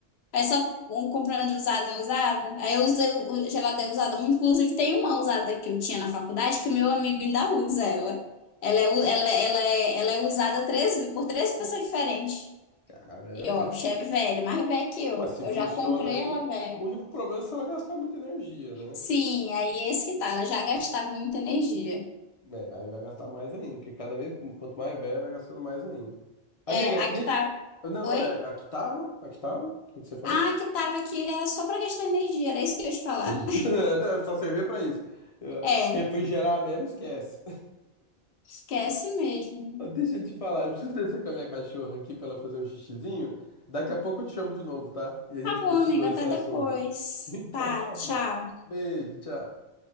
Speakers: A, on the left; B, on the left.
A: Aí só um comprando de usado em usado. Aí eu usei o- o geladeira usada muito. Inclusive, tem uma usada que eu tinha na faculdade que o meu amigo ainda usa ela. Ela é, u- ela, ela é, ela é usada três, por três pessoas diferentes.
B: Caramba!
A: E, ó, a bicha é velha, mais velha que eu.
B: Mas se
A: Eu
B: funciona
A: já comprei
B: ainda,
A: ela velha.
B: o único problema é se ela gastar muita energia, né?
A: Sim, aí é esse que tá. Ela já gastava muita energia.
B: É, aí vai gastar mais ainda, porque cada vez, quanto mais velho, vai gastando mais ainda. Amiga,
A: É,
B: de...
A: a que tá.
B: não,
A: Oi?
B: não, é, aqui tava, aqui tava, o que que você falou?
A: Ah, a que tava aqui é só pra gastar energia. Era isso que eu ia te falar.
B: <laughs>
A: <laughs>
B: Só servia pra isso. Eu-
A: É,
B: Refrigerar mesmo, esquece.
A: esquece mesmo.
B: <laughs> Deixa eu te falar, eu preciso descer com a minha cachorra aqui pra ela fazer um xixizinho. Daqui a pouco eu te chamo de novo, tá? E a
A: Tá
B: gente
A: bom,
B: continua
A: amiga. Até
B: esse assunto.
A: depois.
B: <laughs> Então
A: Tá,
B: tá
A: tchau.
B: bom. Beijo, tchau.